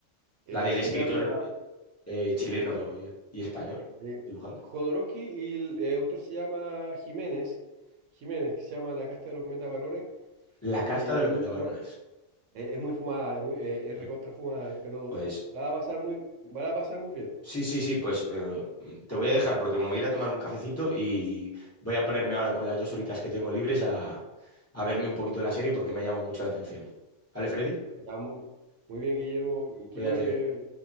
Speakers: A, on the right (about 85°); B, on the left (about 15°).
A: eh,
B: La del
A: se
B: escritor
A: llama
B: eh,
A: eh,
B: chileno
A: Etel-
B: y, y español,
A: eh,
B: dibujante.
A: Jodorowsky y el eh, autor se llama Jiménez, Jiménez, que se llama La Casta de los Metabarones,
B: La casta
A: eh,
B: de
A: y
B: los
A: es muy,
B: metabarones.
A: fuma- eh, es muy fumada, es, muy- eh, es
B: Mm.
A: recontra fumada, pero
B: Pues
A: la va a pasar muy, van a pasar muy bien.
B: sí, sí, sí, pues eh, te voy a dejar porque me voy a ir a tomar un cafecito y voy a ponerme ahora con las dos horitas que tengo libres a, a verme un poquito de la serie porque me ha llamado mucho la atención. ¿Vale, Freddy?
A: Ya, muy, muy bien, Guillermo. Y
B: Cuídate.
A: qué bueno que...